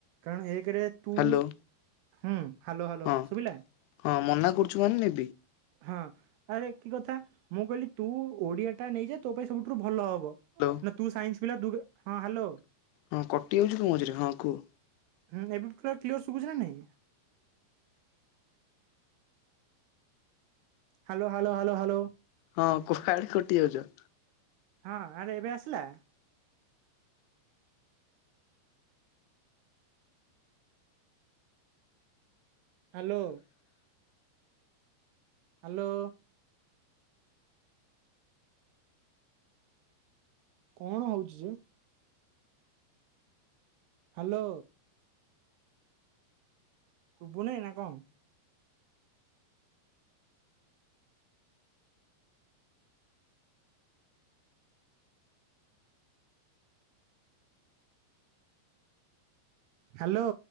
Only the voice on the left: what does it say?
ହ୍ୟାଲୋ
ହଁ
ହଁ ମନା କରୁଛୁ ମାନେ ନେବି
ହ୍ୟାଲୋ।
ହଁ କଟିଯାମ, ତୁ ମଝିରେ ହଁ କୁହ।
ହଁ କୁହାଡେ କଟି ଯାଉଛ।